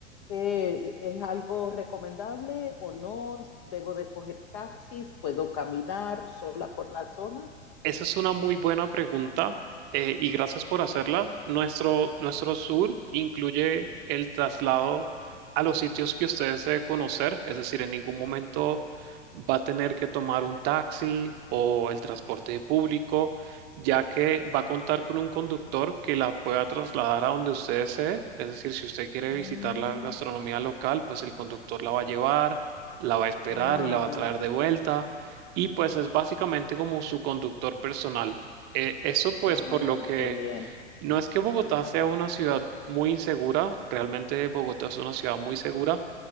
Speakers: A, on the left (about 25°); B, on the right (about 30°).
A: ¿Qué, ¿Es algo recomendable o no? ¿Debo de coger taxis? ¿Puedo caminar sola por la zona?
B: Esa es una muy buena pregunta eh, y gracias por hacerla. Nuestro, nuestro tour incluye el traslado a los sitios que usted desee conocer, es decir, en ningún momento va a tener que tomar un taxi o el transporte público, ya que va a contar con un conductor que la pueda trasladar a donde usted desee. Es decir, si usted quiere
A: Ah,
B: visitar la gastronomía local, pues el conductor la va a llevar, la va a esperar
A: ah,
B: y la va a traer de vuelta y pues es básicamente como su conductor personal. Eh, eso pues
A: ah,
B: por lo que
A: qué bien.
B: no es que Bogotá sea una ciudad muy insegura, realmente Bogotá es una ciudad muy segura,